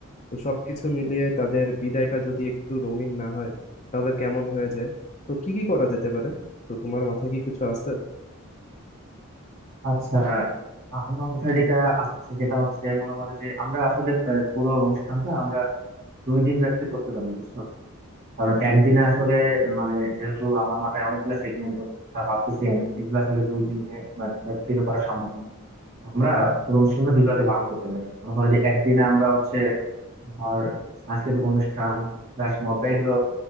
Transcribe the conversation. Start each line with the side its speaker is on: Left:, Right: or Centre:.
Left: তো সবকিছু মিলিয়ে তাদের বিদায়টা যদি একটু রঙিন না হয় তাহলে কেমন হয়ে যায় তো কি কি করা যেতে পারে তো তোমার মাথায় কি কিছু আছে
Right: আচ্ছা আমার মাথায় যেটা আসছে সেটা হচ্ছে মনে করো যে আমরা আসলে প্রায় পুরো অনুষ্ঠানটা আমরা দুই দিন ব্যাপী করতে পারি বুঝছো কারণ একদিনে আসলে মানে যেহেতু আমার মাথায় অনেকগুলো সেগমেন্ট ভাবতেছি আমি এগুলো আসলে দুই দিনে ব্যাপী করা সম্ভব না আমরা পুরো অনুষ্ঠানটা দুই ভাগে ভাগ করতে পারি মনে করো যে একদিনে আমরা হচ্ছে তোমার সাংস্কৃতিক অনুষ্ঠান প্লাস মব্বা এগুলো